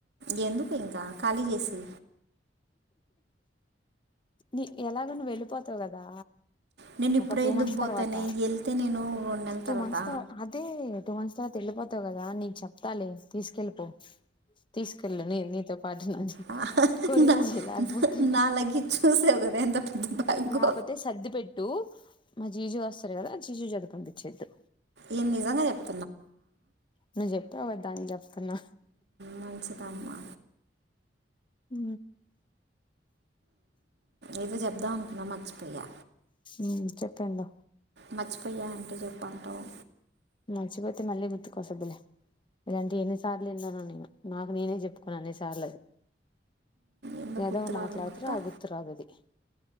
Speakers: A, on the right; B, on the left.
A: వెళ్లిపోయిందా ఇంకా ఖాళీ చేసి
B: నీ ఎలాగో నువ్వు వెళ్ళిపోతావు కదా
A: నేను ఇప్పుడే
B: ఒక టూ
A: ఎందుకు
B: మంత్స్
A: పోతానే
B: తర్వాత
A: వెళ్తే నేను రెండు నెల
B: టూ
A: తర్వాత
B: మంత్స్ అదే టూ మంత్స్ తర్వాత వెళ్ళిపోతావు కదా నీకు చెప్తాలే తీసుకెళ్ళిపో. తీసుకెళ్ళు నీతో పాటు
A: ఆ,
B: కొరియర్
A: నా
B: చేయలేకపోతే
A: నా లగేజ్ చూసావు కదా ఎంత పెద్ద బ్యాగ్
B: లేకపోతే సర్ది పెట్టు మా జీజు వస్తారు కదా జీజు జత పంపించేద్దు
A: ఈ నిజంగా చెప్ప
B: నువ్వు చెప్పావు కదా దానికి చెప్తున్నా
A: మంచిదమ్మా
B: ఉ
A: ఏదో చెప్దాం అనుకున్నా మర్చిపోయా
B: ఉ చెప్పేదాం
A: మర్చిపోయా అంటే చెప్పంటావు
B: మంచిపోతే మళ్ళీ గుర్తుకొస్తదిలే ఇలాంటి ఎన్నిసార్లు విన్నాను నేను నాకు నేనే చెప్పుకును అన్ని సార్లు అది
A: ఏందో
B: ఏదో
A: గుర్తురాలి
B: మాట్లాడుతుర
A: మొత్త
B: ఆ గుర్తురాదు ఆది